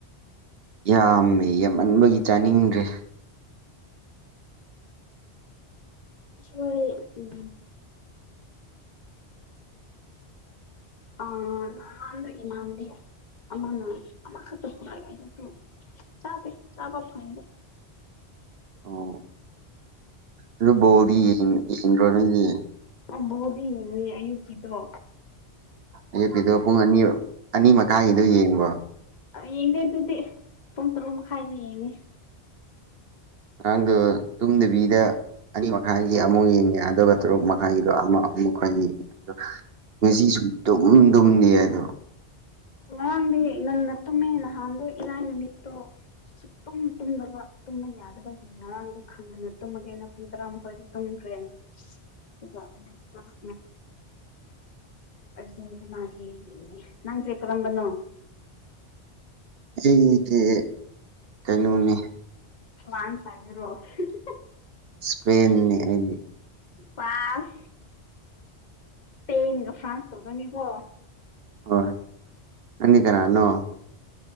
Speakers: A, on the right (about 65°); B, on the left (about 45°).
A: ꯌꯥꯝꯃꯦ ꯌꯥꯝꯃꯟꯕꯒꯤ ꯆꯥꯅꯤꯡꯗ꯭ꯔꯦ
B: ꯎꯁꯣꯏ ꯎꯝ ꯑ ꯑꯍꯥꯟꯗꯣ ꯏꯃꯥꯟꯅꯥꯕꯤ ꯑꯃꯅ ꯑꯃꯈꯛꯇ ꯄꯨꯔꯛꯑꯦ ꯑꯗꯨꯁꯨ ꯆꯥꯗꯦ ꯆꯥꯕ ꯐꯪꯗꯦ
A: ꯑꯣ ꯑꯗꯨ ꯕꯔꯣꯗꯤ ꯌꯦꯡ ꯌꯦꯡꯗ꯭ꯔꯣ ꯅꯪꯗꯤ
B: <unintelligible> ꯑꯌꯨꯛꯀꯤꯗꯣ
A: ꯑꯌꯨꯛꯀꯤꯗꯣ ꯄꯨꯡ ꯑꯅꯤ ꯑꯅꯤ ꯃꯈꯥꯏꯒꯤꯗꯣ ꯌꯦꯡꯕꯣ
B: ꯌꯦꯡꯗꯦ ꯑꯗꯨꯗꯤ ꯄꯨꯡ ꯇꯔꯨꯛ ꯃꯈꯥꯏ ꯌꯦꯡꯉꯤ
A: ꯅꯪꯗꯣ ꯇꯨꯝꯗꯕꯤꯗ ꯑꯅꯤ ꯃꯈꯥꯏꯒꯤ ꯑꯃꯨꯛ ꯌꯦꯡꯉꯦ ꯑꯗꯨꯒ ꯇꯔꯨꯛ ꯃꯈꯥꯏꯒꯤꯗꯣ ꯑꯃ ꯑꯃꯨꯛꯀꯥ ꯌꯦꯡꯉꯦ ꯉꯁꯤ ꯁꯨꯛꯇꯨꯝ ꯇꯨꯝꯗꯦ ꯑꯗꯣ
B: ꯉꯔꯥꯡꯗꯤ ꯉꯟꯅ ꯇꯨꯝꯃꯦ ꯅꯍꯥꯟꯗꯣ ꯏꯔꯥꯏ ꯅꯨꯃꯤꯠꯇꯣ ꯁꯨꯛꯇꯨꯝ ꯇꯨꯝꯅꯕ ꯇꯨꯝꯕ ꯌꯥꯗꯕꯒꯤ ꯉꯔꯥꯡꯗꯤ ꯈꯪꯍꯟꯅ ꯇꯨꯝꯃꯒꯦ ꯑꯩꯅ ꯄꯨꯡ ꯇꯔꯥꯃꯊꯣꯏꯗ ꯇꯨꯝꯈ꯭ꯔꯦ <unintelligible> ꯑꯥꯔꯖꯦꯟꯇꯤꯅ ꯌꯦꯡꯉꯦ ꯅꯪꯁꯦ ꯀꯔꯝꯕꯅꯣ
A: ꯑꯩꯁꯦ ꯀꯩꯅꯣꯅꯦ
B: <unintelligible>
A: ꯏꯁꯄꯦꯟꯅꯦ ꯑꯩꯗꯤ
B: ꯄꯥꯁ ꯏꯁꯄꯦꯟꯒ ꯐꯔ꯭ꯥꯟꯀ ꯇꯧꯗꯣꯏꯅꯤꯒꯣ
A: ꯍꯣꯏ ꯅꯪꯅꯤ ꯀꯅꯥꯅꯣ